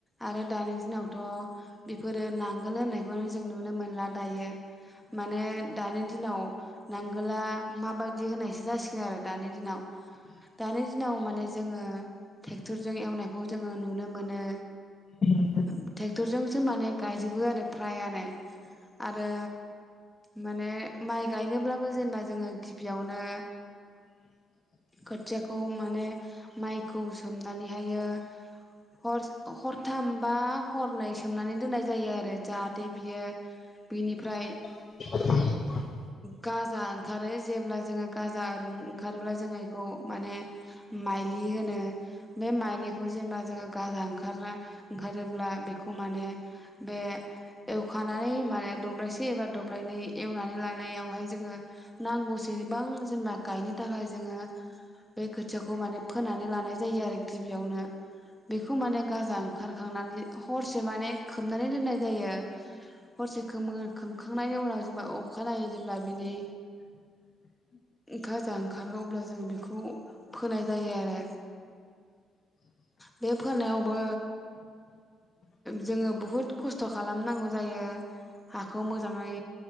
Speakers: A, in the centre; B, on the left.
A: आरो दानि दिनावथ' बेफोरो नांगोल होननायखौनो जों नुनो मोनला दायो माने दानि दिनाव नांगोला माबायदि होननायसो जासिगोन आरो दानि दिनाव। दानि दिनाव माने जोङो ट्रेक्टरजों एवनायखौ जोङो नुनो मोनो।
B: औ <inaudible>
A: ट्रेक्टरजोंसो माने गायजोबो आरो फ्रायानो। आरो माने माइ गायनोब्लाबो जेनेबा जोङो गिबियावनो खोथियाखौ माने माइखौ सोमनानैहायो हर हरथाम बा हरनै सोमनानै दोननाय जायो आरो जाहाथे बियो बिनिफ्राय
B: <inaudible>
A: गाजा ओंखारो जेब्ला जोङो गाजा ओंखारोब्ला जोङो बेखौ माने माइलि होनो बे माइलिखौ जेनेबा जोङो गाजा ओंखारना ओंखारोब्ला बेखौ माने बे एवखानानै माने दब्लायसे एबा दब्लायनै एवनानै लानायावहाय जोङो नांगौसेबां जेनबा गायनो थाखाय जोङो बे खोथियाखौ माने फोनानै लानाय जायो आरो गिबियावनो बेखौ माने गाजा ओंखारखांनानै हरसे माने खोबनानै दोननाय जायो। हरसे खोमो खोमखांनायनि उनाव जेनेबा अखाानायनायै जेब्ला बिनि गाजा ओंखारो अब्ला जों बेखौ फोनाय जायो आरो। बे फोनायाव बो जोङो बुहुत खस्थ' खालामनांगौ जायो हाखौ मोजाङै